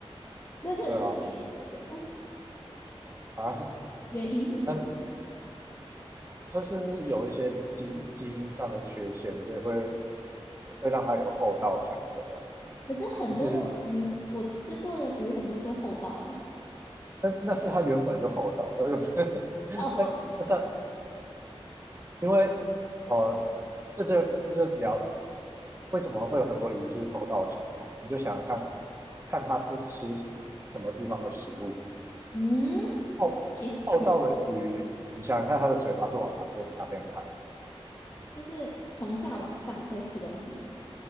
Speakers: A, on the left (about 30°); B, on the right (about 25°).
A: 那个那原因是什么？
B: <laughs> 对啊，
A: <laughs>
B: 啊，
A: 原因是什么？
B: 它它就是有一些基基因上的缺陷，所以会会让它有厚道产生啊。
A: 可是很多的鱼，
B: 就是
A: 我吃过的鱼很多都厚道哎、欸。
B: 那那是它原本就厚道，那个 <laughs>
A: 哦，
B: 那那它因为呃，这就这就聊为什么会有很多鱼是后到的形状？你就想想看，看它是吃什什么地方的食物。
A: 嗯嗯，
B: 后后到的鱼，
A: 也有趣，
B: 你想想看它的嘴巴是往哪边哪边开的
A: 就是从下往上在吃东西。